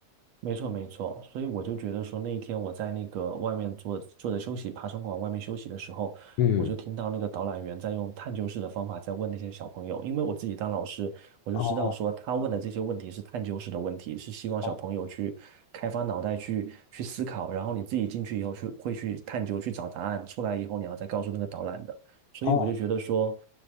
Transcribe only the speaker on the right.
没错，没错，所以我就觉得说，那一天我在那个外面坐坐着休息，爬虫馆外面休息的时候，
我就听到那个导览员在用探究式的方法在问那些小朋友，因为我自己当老师，我就知道说他问的这些问题是探究式的问题，
是希望小朋友去开发脑袋去去思考，
然后你自己进去以后去会去探究去找答案，出来以后你要再告诉那个导览的，所以我就觉得说，